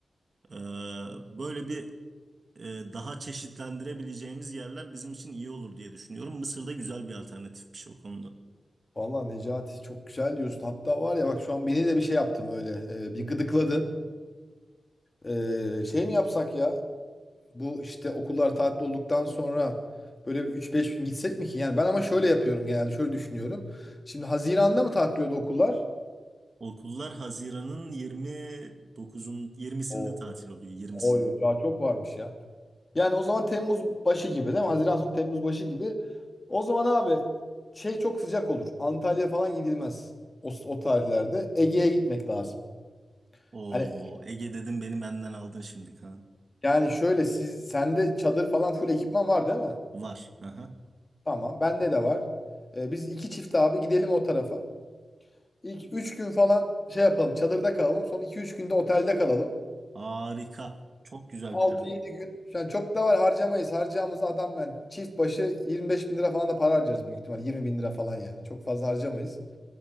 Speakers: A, on the right; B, on the left.
A: Ee, böyle bir e, daha çeşitlendirebileceğimiz yerler bizim için iyi olur diye düşünüyorum. Mısır'da güzel bir alternatifmiş o konuda.
B: Valla Necati çok güzel diyorsun. Hatta var ya bak şu an beni de bir şey yaptım öyle. Ee, bir gıdıkladın. Ee, şey mi yapsak ya? Bu işte okullar tatil olduktan sonra böyle bir 3-5 gün gitsek mi ki? Yani ben ama şöyle yapıyorum genelde. Şöyle düşünüyorum. Şimdi Haziran'da mı tatiliyordu okullar?
A: Okullar Haziran'ın 29'un 20'sinde
B: O,
A: tatil oluyor 20'sinde.
B: oy, daha çok varmış ya. Yani o zaman Temmuz başı gibi değil mi? Haziran sonu Temmuz başı gibi. O zaman abi şey çok sıcak olur. Antalya falan gidilmez. O, o tarihlerde. Ege'ye gitmek lazım.
A: O
B: Hani
A: Ege dedim beni benden aldın şimdi Kaan.
B: yani şöyle siz sende çadır falan full ekipman var değil mi?
A: Var. Aha.
B: Tamam. Bende de var. Ee, biz iki çift abi gidelim o tarafa. İlk üç gün falan şey yapalım. Çadırda kalalım. Son iki üç günde otelde kalalım.
A: Harika. Çok güzel
B: Altı
A: plan.
B: yedi gün. Yani çok da var harcamayız. Harcayacağımız adam yani çift başı 25 bin lira falan da para harcarız büyük ihtimal. 20 bin lira falan yani. Çok fazla harcamayız.